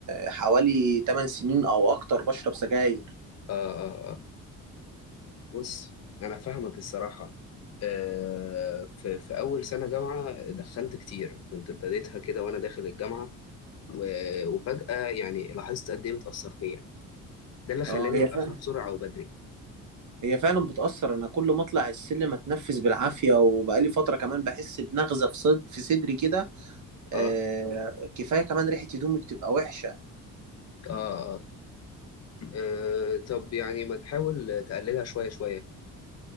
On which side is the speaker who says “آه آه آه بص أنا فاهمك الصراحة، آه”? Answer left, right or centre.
Left